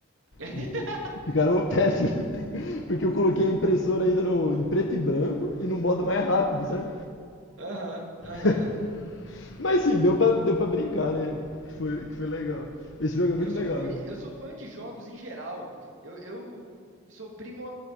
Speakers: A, on the right; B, on the left.
A: <laughs>
B: Então, ficaram péssimas. <laughs> Porque eu coloquei a impressora ainda no, em preto e branco e no modo mais rápido, sabe?
A: Aham, aham.
B: <laughs> Mas sim, deu pra, deu pra brincar, né? Que foi, que foi legal. Esse jogo é muito
A: Eu sou
B: legal
A: fã,
B: mesmo.
A: eu sou fã de jogos em geral. Eu, eu sou primo